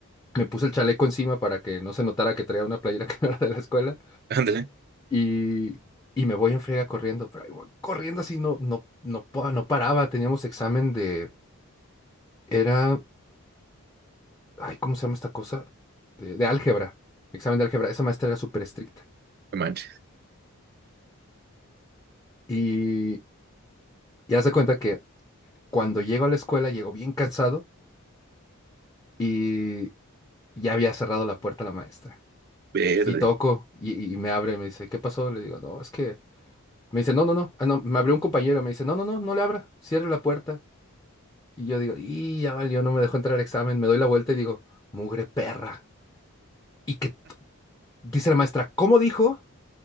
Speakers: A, on the left; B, on the right.
A: me puse el chaleco encima para que no se notara que traía una playera <laughs> que no era de la escuela
B: ándale.
A: y, y me voy en friega corriendo, pero ahí voy corriendo así no, no, no, pa- no paraba, teníamos examen de, era, ay, ¿cómo se llama esta cosa? De, de álgebra, examen de álgebra, esa maestra era súper estricta
B: No manches.
A: y, y haz de cuenta que cuando llego a la escuela llego bien cansado y ya había cerrado la puerta la maestra.
B: Verde.
A: Y toco y, y me abre, me dice, ¿qué pasó? Le digo, no, es que... Me dice, no, no, no. Ah, no, me abrió un compañero, me dice, no, no, no, no le abra, cierre la puerta. Y yo digo, y ya valió, no me dejó entrar al examen. Me doy la vuelta y digo, mugre perra. Y que dice la maestra, ¿cómo dijo?